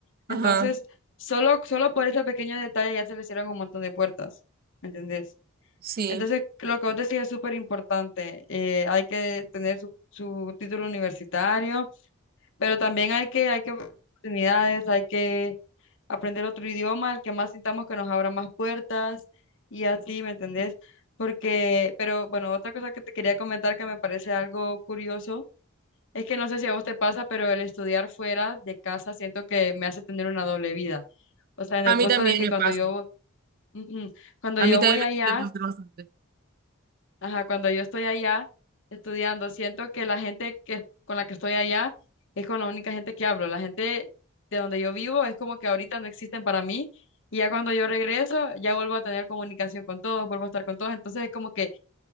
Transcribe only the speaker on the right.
Ajá,
sí.
A
mí
también
me
pasa.
A
mí también
me me pasa bastante.